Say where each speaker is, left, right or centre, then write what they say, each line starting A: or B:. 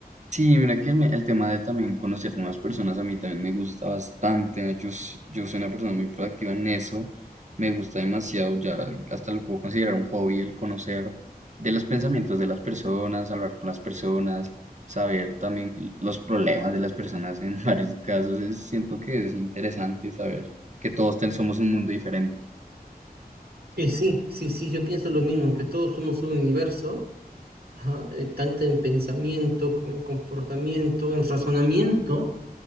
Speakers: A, on the right; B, on the right.
A: Sí, mira que el, me- el tema de también conocer nuevas personas a mí también me gusta bastante. ¿no? Yo, s- yo soy una persona muy proactiva en eso. Me gusta demasiado, ya hasta lo puedo considerar un hobby el conocer de los pensamientos de las personas, hablar con las personas, saber también los problemas de las personas en <laughs> varios casos. Es- siento que es interesante saber que todos ten- somos un mundo diferente.
B: Y sí, sí, sí, yo pienso lo mismo, que todos somos un universo, ajá, eh, tanto en pensamiento como en comportamiento, en razonamiento